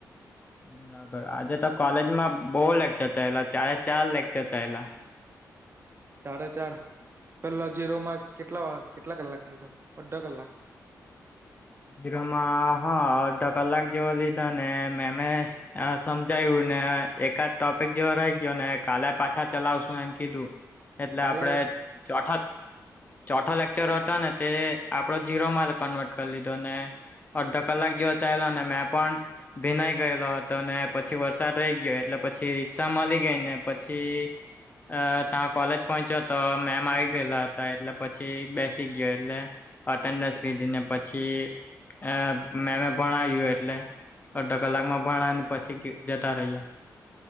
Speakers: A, on the left (about 25°); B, on the right (about 35°).
A: બરાબર. આજે તો કોલેજમાં બો લેકચર થયલા, ચારે ચાર લેકચર થયલા
B: ચારે ચાર, પેલા જીરો માંર્ક કેટલા કેટલા કલાક લીધો, અડધો કલાક?
A: જીરોમાં હા અડધો કલાક જેવો લીધો ને મેમએ અહ સમજાયું ને એકાદ ટોપિક જેવો રહી ગયો ને કાલે પાછા ચલાવશું એમ કીધું એટલે
B: કાલે
A: આપડે ચોઠાક ચોથો લેક્ચર હતો ને તે આપડો જીઝીરો માલ કન્વર્ટ કરી લીધો ને અડધો કલાક જેવો ચાલો અનેને મેં પણ ભીનાઈ ગયેલો હતો ને પછી વરસાદ રહી ગયો એટલે પછી રિકષા માલી ગઈ ને પછી અ ત્યાં કોલેજ પહોંચ્યો તો મેમ આવી ગયેલા હતા એટલે પછી બેસી ગયો એટલે અટેન્ડન્સ લીધી ને પછી અ મે મે ભણાવ્યું, એટલે અડધા કલાક માં ભણને પછી જતા રહી્યા.